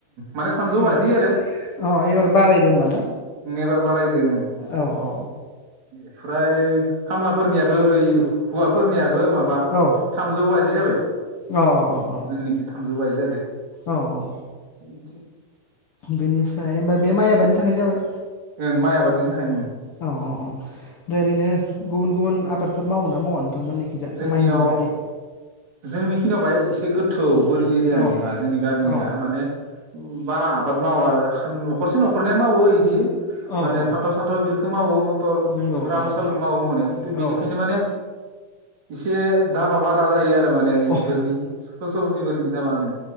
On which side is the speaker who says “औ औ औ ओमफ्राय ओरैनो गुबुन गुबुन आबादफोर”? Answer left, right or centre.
Left